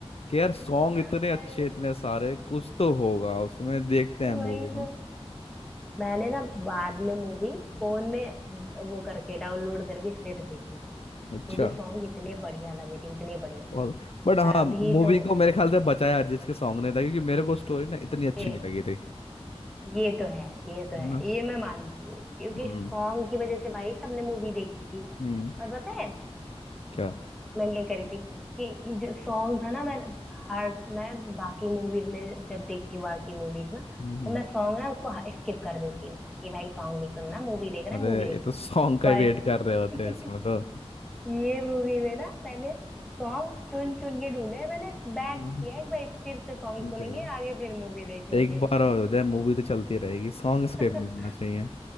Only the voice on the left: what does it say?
कि यार सॉन्ग
इतने अच्छे
इतने सारे कुछ तो होगा उसमें देखते
हैं मूवी को।
अच्छा
बहुत बट हाँ
मूवी
को मेरे ख्याल से बचाया जिसके सॉन्ग ने था क्योंकि मेरे को स्टोरी ना इतनी अच्छी
नहीं लगी थी
है
ना
हम्म
हम्म
क्या
हम्म हम्म।
अरे
ये
तो सॉन्ग का
वेट कर रहे होते
हैं इसमें तो
हम्म,
नहीं
चले
एक बार और हो जाए मूवी तो चलती रहेगी सॉन्ग स्किप
नहीं होना चाहिए